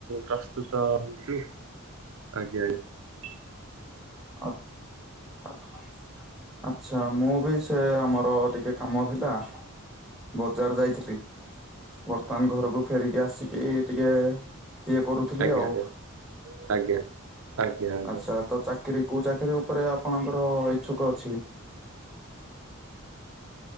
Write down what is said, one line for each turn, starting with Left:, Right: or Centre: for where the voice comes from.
Right: ପ୍ରସ୍ତୁତ ହଉଚି ଆଜ୍ଞା ଆଜ୍ଞା
Centre: <unintelligible> ଆଚ୍ଛା ମୁଁ ବି ସେ ଆମର ଟିକେ କାମ ଥିଲା ବଜାର ଯାଇଥିଲି ବର୍ତ୍ତମାନ ଘରକୁ ଫେରିକି ଆସିକି ଟିକେ ଇଏ କରୁଥିଲି
Right: ଆଜ୍ଞା
Centre: ଆଉ
Right: ଆଜ୍ଞା ଆଜ୍ଞା। ଆଜ୍ଞା ଆଜ୍ଞା।
Centre: ଆଚ୍ଛା ତ ଚାକି କି କୋଉ ଚାକିରି ଉପରେ ଆପଣଙ୍କର ଇଛୁକ ଅଛି